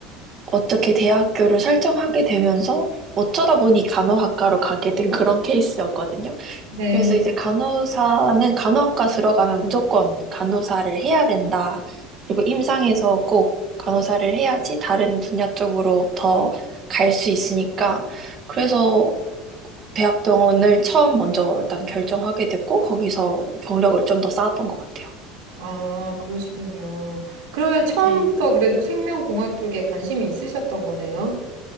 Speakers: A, on the right (about 25°); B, on the right (about 85°).
A: 어떻게 대학교를 설정하게 되면서 어쩌다 보니 간호학과로 가게 된 그런 케이스였거든요.
B: 네.
A: 그래서 이제 간호사는 간호학과 들어가면 무조건 간호사를 해야 된다. 그리고 임상에서 꼭 간호사를 해야지 다른 분야 쪽으로 더 갈 수 있으니까. 그래서 대학병원을 처음 먼저 일단 결정하게 됐고, 거기서 경력을 좀 더 쌓았던 것 같아요.
B: 아, 그러시군요. 그러면 처음부터
A: 네.
B: 그래도 생명공학 쪽에 관심이 있으셨던 거네요?